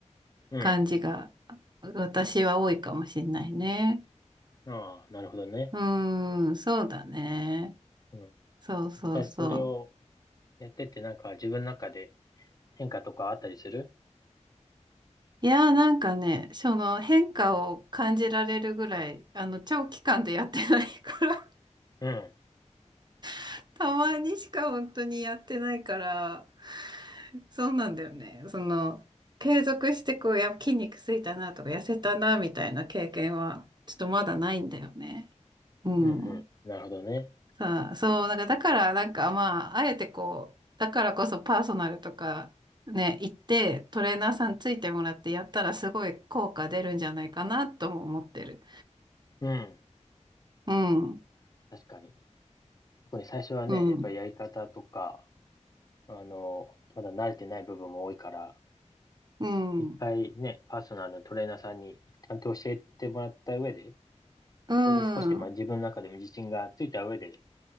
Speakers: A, on the left; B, on the right.
A: うん。
B: 感じが私は多いかもしれないね。
A: ああ、なるほどね。
B: うーん、そうだね。
A: うん。
B: そうそうそう。
A: 実際それをやってってなんか自分の中で変化とかあったりする
B: いやーなんかね、その変化を感じられるぐらい、あの長期間でやってないから、
A: うん、
B: <laughs> たまにしか本当にやってないから、そうなんだよね。その、継続してこう、や、筋肉ついたなとか、痩せたなみたいな経験は、ちょっとまだないんだよね。うん。
A: うん、うん。なるほどね。
B: さあ、そう、なんか、だから、なんか、まあ、あえてこう、だからこそパーソナルとか、ね、行って、トレーナーさんついてもらってやったら、すごい効果出るんじゃないかな、とも思ってる。
A: うん。
B: うん、
A: 確かに。特に最初はね、
B: うん、
A: やっぱりやり方とか、あの、まだ慣れてない部分も多いから、
B: うん、
A: 一回ね、パーソナルのトレーナーさんにちゃんと教えてもらった上で、
B: うん、
A: そこで少し、まあ自分の中でも自信がついた上で、